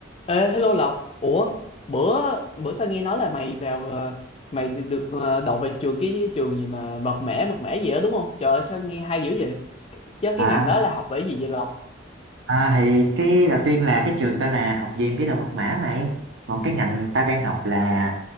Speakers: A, on the left (about 30°); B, on the right (about 65°).
A: Ê, hello Lộc, ủa bữa bữa tao nghe nói là mày vào ờ, mày được được, ờ, đậu về trường cái trường gì mà mật mẻ mật mẻ gì đó đúng không? Trời ơi, sao nghe hay dữ vậy? Chứ
B: À,
A: cái ngành đó là học về gì vậy Lộc?
B: à thì cái đầu tiên là cái trường tên là Học viện Kỹ thuật Mật mã mày. Còn cái ngành ta đang học là